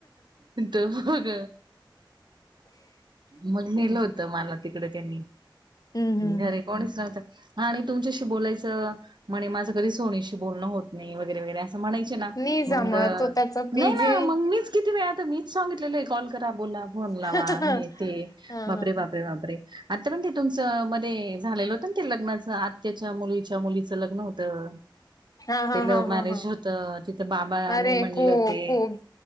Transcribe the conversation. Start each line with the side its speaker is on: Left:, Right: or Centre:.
Right: तर बघ मग नेलं होतं मला तिकडे त्यांनी
Left: हम्म हम्म
Right: घरी
Left: हम्म
Right: कोणीच नव्हत आणि तुमच्याशी बोलायचं म्हणे माझं कधी सोनीशी बोलणं होत नाही वगैरे वगैरे असं असं म्हणायचे ना
Left: नाही
Right: मग
Left: जमा तो त्याचा
Right: नाही
Left: बिझी
Right: ना मग मीच किती वेळ आता मी सांगितलेलं कॉल करा बोला फोन लावा
Left: हा
Right: हे ते
Left: हा
Right: बापरे बापरे बापरे आता पण ते तुमचं मध्ये झालेलं होतं ना ते लग्नाचं आत्याच्या मुलीच्या मुलीचं लग्न होतं
Left: हा हा
Right: ते लव्ह
Left: हा
Right: मॅरेज
Left: हा हा
Right: होतं तिथं बाबा
Left: अरे
Right: नाही म्हणल
Left: खूप
Right: ते
Left: खूप